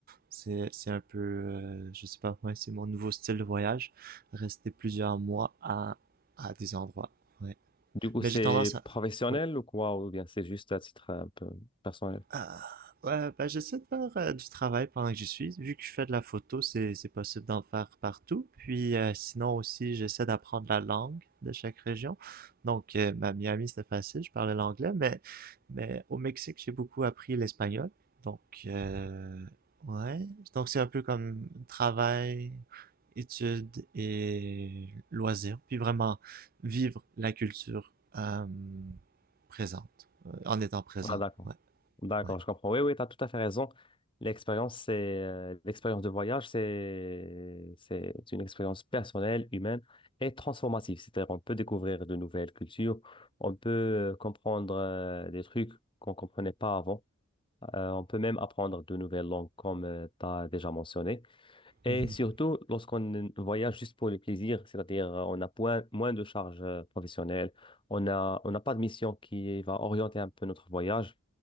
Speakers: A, on the right; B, on the left.
A: C'est, c'est un peu, euh, je sais pas, moi, c'est mon nouveau style de voyage. Rester plusieurs mois à, à des endroits. Ouais.
B: Du coup,
A: Mais
B: c'est
A: j'ai tendance à,
B: professionnel
A: oui.
B: ou quoi? Ou bien c'est juste à titre un peu personnel?
A: Ah, ouais, ben j'essaie de faire euh, du travail pendant que j'y suis. Vu que je fais de la photo, c'est c'est possible d'en faire partout. Puis euh, sinon aussi, j'essaie d'apprendre la langue de chaque région. Donc, euh, ben, Miami, c'était facile, je parlais l'anglais, mais, mais au Mexique, j'ai beaucoup appris l'espagnol. Donc, euh, ouais. Donc, c'est un peu comme travail, études et loisirs. Puis vraiment vivre la culture euh, présente, euh, en étant présent.
B: Ah, d'accord.
A: Ouais,
B: D'accord,
A: ouais.
B: je comprends. Oui, oui, tu as tout à fait raison. L'expérience, c'est euh, l'expérience de voyage, c'est c'est une expérience personnelle, humaine et transformative. C'est-à-dire, on peut découvrir de nouvelles cultures, on peut euh, comprendre euh, des trucs qu'on comprenait pas avant. Euh, on peut même apprendre de nouvelles langues, comme tu as déjà mentionné. Et
A: Mhm.
B: surtout, lorsqu'on voyage juste pour le plaisir, c'est-à-dire euh, on a point- moins de charges euh, professionnelles, on a, on n'a pas de mission qui va orienter un peu notre voyage,